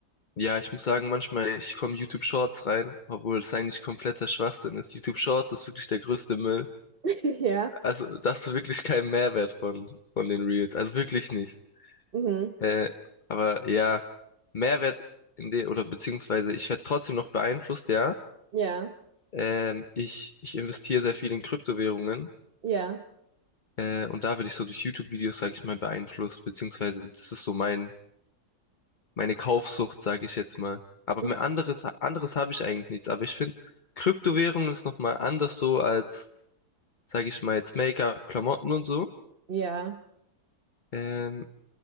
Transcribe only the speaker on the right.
<laughs> Ja,
mhm.
Ja,
ja,
mhm.
ja,